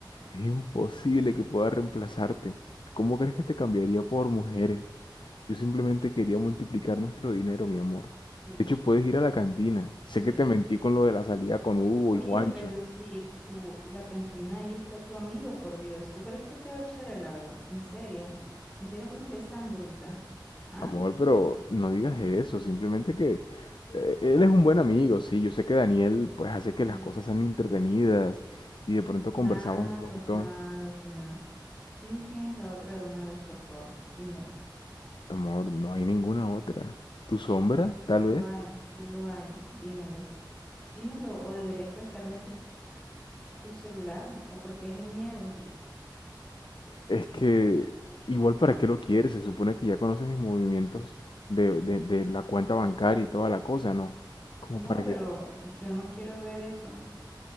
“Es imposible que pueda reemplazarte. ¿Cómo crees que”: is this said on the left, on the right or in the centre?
Left